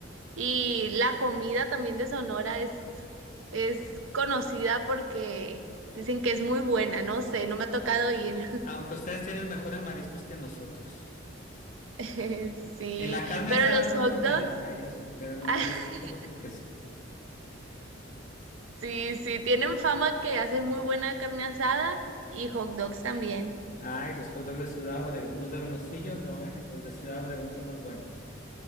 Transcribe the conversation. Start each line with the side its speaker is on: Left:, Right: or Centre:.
Right: y la comida también de Sonora es, es conocida porque dicen que es muy buena, no sé, no me ha tocado ir.
Left: aunque ustedes tienen mejores mariscos que nosotros.
Right: <laughs> Sí,
Left: En la carne
Right: pero
Left: asada
Right: los
Left: no
Right: hot
Left: nos
Right: dogs,
Left: ganan, ahí sí, pero en los
Right: <laughs>
Left: mariscos yo creo que sí.
Right: sí, sí, tienen fama que hacen muy buena carne asada y hot dogs también.
Left: Ay, los hot dogs de Ciudad Obregón, los de Hermosillo no, ¿eh? Los de Ciudad Obregón son los buenos.